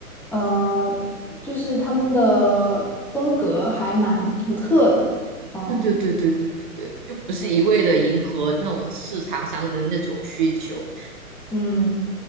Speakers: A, in the centre; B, on the right (about 35°).
A: 呃，就是他们的风格还蛮独特的。哦，
B: 对对对对对对对，就不是一味的迎合那种市场上的那种需求。
A: 嗯